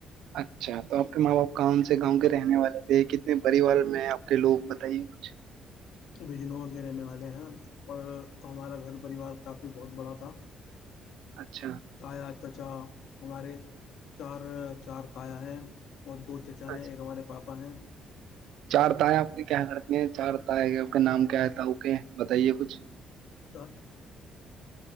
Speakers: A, on the right; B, on the left.
A: اچھا تو آپ کے ماں باپ کون سے گاؤں کے رہنے والے تھے کتنے پریوار میں آپ کے لوگ بتائیے مچھ
B: بجنور کے رہنے والے ہیں اور ہمارا گھر پریوار کافی بہت بڑا تھا
A: اچھا
B: تایا چچا ہمارے چار چار تایا ہیں اور دو چچا
A: اچھا
B: ہیں ایک ہمارے پاپا ہیں
A: چار تائیں آپ کی کیا کرتی ہیں چار ت ہے کہ آپ کا نام کیا ہےتا ا کے بتائیے کچھ
B: <inaudible>